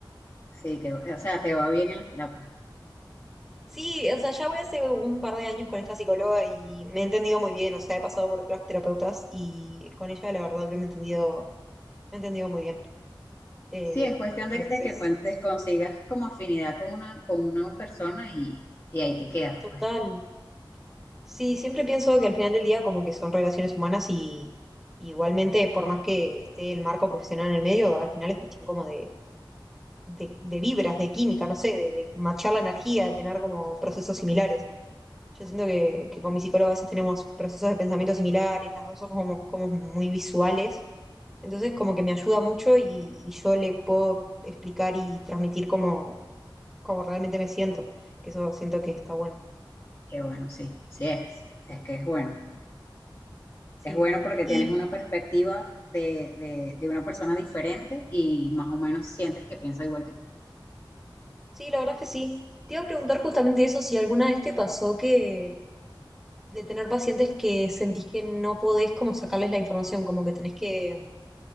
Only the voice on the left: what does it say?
Sí, que, o sea, te va bien en las terapias.
Sí, es cuestión
de, de que cuentes, consigas como afinidad con una, con una persona y, y ahí te quedas,
pues.
Que bueno, sí, sí es. Es que es bueno.
Es bueno porque
tienes una perspectiva de, de, de una persona diferente y más o menos sientes que piensa igual que tú.